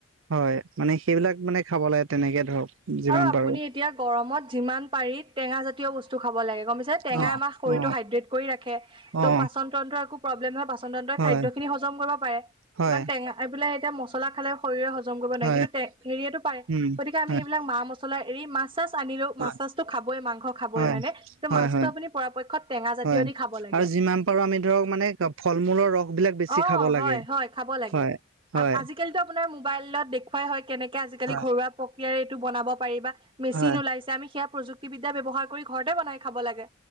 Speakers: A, on the right (about 75°); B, on the right (about 25°).
A: হয়, মানে সেইবিলাক মানে খাব লাগে তেনেকে ধৰক। যিমান
B: আৰু আপুনি
A: পাৰো
B: এতিয়া গৰমত যিমান পাৰি টেঙা জাতীয় বস্তু খাব লাগে। গম পাইছেনে? টেঙাই
A: অ
B: আমাক শৰীৰটো
A: অ
B: হাইড্ৰেট কৰি ৰাখে। ত'
A: অ
B: পাচন তন্ত্ৰৰ একো প্ৰব্লেম নহয়, পাচন তন্ত্ৰই খাদ্যখিনি
A: হয়
B: হজম কৰিব পাৰে
A: হয়
B: কাৰণ এই বিলাক এতিয়া মছলা খালে, শৰীৰে হজম কৰিব নোৱাৰে
A: হয়
B: কিন্তু হেয়ো পাৰে
A: উম
B: গতিকে আমি।
A: হয়
B: এইবিলাক মা মছলা এৰি, মাছ চাছ আনিলেও
A: হয়
B: মাছ চাছটো খাবই, মাংস খাবই
A: হয়
B: হয়নে। ত
A: হয়
B: মাছটো
A: হয়
B: আপুনি পৰাপক্ষত টেঙা জাতীয়
A: হয়
B: দি খাব লাগে।
A: আৰু যিমান আমি ধৰক মানে ফল মূলৰ ৰস বিলাক বেছি
B: অ',
A: খাব
B: হয়
A: লাগে
B: হয়, খাব লাগে।
A: হয় হয়
B: আ আজি আজিকালিতো আপোনাৰ মোবাইলত দেখুৱাই হয়, কেনেকে আজিকালি
A: হয়
B: ঘৰুৱা প্ৰক্ৰিয়াৰে এইটো বনাব পাৰি বা। মেচিন
A: হয়
B: ওলাইছে, আমি সেয়া প্ৰযুক্তিবিদ্যা ব্যৱহাৰ কৰি। ঘৰতে বনাই খাব লাগে,